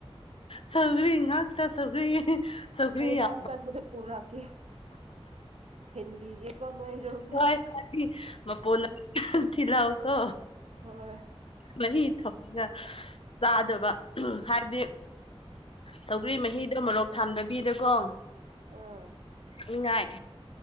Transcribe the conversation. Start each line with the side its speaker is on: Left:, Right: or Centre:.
Left: ꯁꯒꯂꯤ ꯍ ꯉꯥꯛꯇꯥ ꯁꯂꯤ ꯁꯒꯔꯤ
Right: ꯑꯩ
Left: ꯌꯥ
Right: ꯂꯧ ꯆꯠꯄꯗ ꯄꯨꯔꯛꯀꯦ ꯊꯤꯟꯕꯤꯒꯦꯀꯣ ꯅꯣꯏꯔꯣꯝꯗ
Left: ꯍꯣꯏ ꯍ ꯃ ꯄꯣꯅꯥꯎ ꯀꯣ
Right: ꯍꯣꯏ
Left: ꯃꯍꯤ ꯊꯝꯃꯒ ꯆꯥꯗꯕ ꯍꯥꯏꯕꯗꯤ ꯇꯧꯒ꯭ꯔꯤ ꯃꯍꯤꯗꯣ ꯃꯣꯔꯣꯛ ꯊꯥꯝꯗꯕꯤꯗꯀꯣ
Right: ꯑꯥ
Left: ꯅꯤꯡꯉꯥꯏ